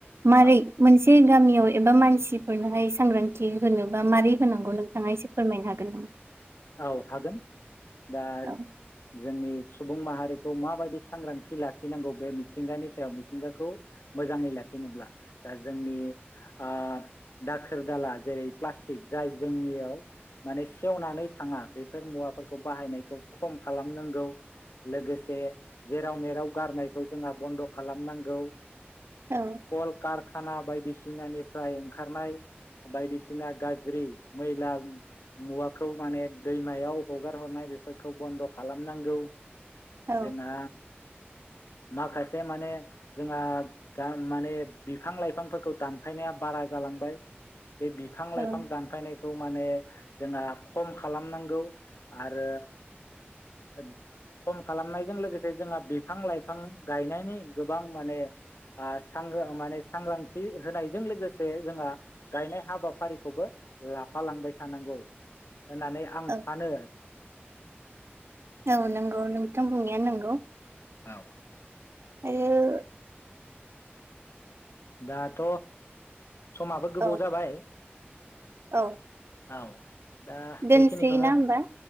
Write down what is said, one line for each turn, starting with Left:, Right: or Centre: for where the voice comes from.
Right: मारै
Left: औ
Right: मोनसे गामि एव एबा मानसिफोरनोहाय सांग्रां थि होनोबा मारै होनांगौ नोंथाङा एसे फोरमायनोहाग गेनह।
Left: औ हागोन दा
Right: औ
Left: जोंनिस सुबुं माहारिखौ माबायदि सांग्रांथि लाखिनांगौ बे मिथिंगानि सायाव मिथिंगाखौ मोजाङै लाखिनोब्ला ओ जोंनि आ दाखोर दाला जेरै प्लास्टिक जाय जोंनियाव माने सेवनानै थाङा बेफोर मुवाफोरखौ बाहायनायखौ खम खालामनांगौ लोगोसे जेराव मेराव गारनायखौ जोंहा बन्द' खालामनांगौ।
Right: औ
Left: कल-कारखाना बायदिसि दिनानिफ्राय ओंखारनाय बायदिसिना गाज्रि मैला मु-मुवाखौ माने दैमायाव हगार हरनाय बेफोरखौ बन्द' खालामनांगौ।
Right: औ
Left: जोंहा माखासे माने जोंहा गाम माने बिफां लाइफांफोरखौ दानफायनाया बारा जालांबाय। बे बिफां लाइफां
Right: औ
Left: दानफायनायखौ माने जोंहा खम खालामनांगौ आरो आरि खम खालामनायजों लोगोसे जोंहा बिफां लाइफां गायनायनि गोबां माने आ सांगो माने सांग्रांथि होनायजों लोगोसे जोंहा गायनाय हाबाफारिखौबो ओ आफालांबाय थानांगौ। होनानै आं
Right: औ
Left: सानो।
Right: औ नोंगौ नोंथां बुंनाया नोंगौ।
Left: औ।
Right: दायो।
Left: दाथ' समाबो
Right: औ
Left: गोबाव जाबाय।
Right: औ।
Left: औ। दा
Right: दोनसै
Left: बेखिनिखौनो
Right: ना होमबा